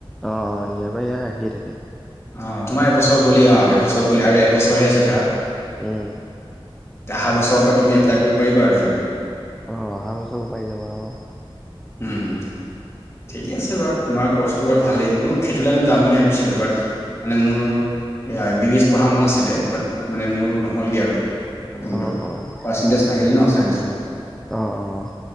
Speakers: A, in the centre; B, on the left (about 25°).
A: অহ ইয়াৰ বাই ইয়াৰ আহিয়ে থাকে
B: অ তোমাৰ এবছৰ গলেই অ এবছৰ গলে আৰু এবছৰহে আছে ধৰা
A: উম
B: অহা বছৰ পৰা তুমি এপ্লাই কৰিব পাৰিবা আৰু এইখিনি
A: অ অহা বছৰ পাৰি যাম আৰু অ
B: উম ঠিকে আছে বাৰু তোমাৰ কচটো বাৰু ভালেই ময়ো সেইটো লাইনত যাম বুলি ভাবিছিলো বাট মানে মোৰ এম বি বি এছ পঢ়া মন আছিলে বাট মানে মোৰ নহলগে আৰু সপোনটো
A: অ', অ',
B: পাৰ্চেন্টেজ নাহিল ন চাইন্সৰ
A: অ', অ',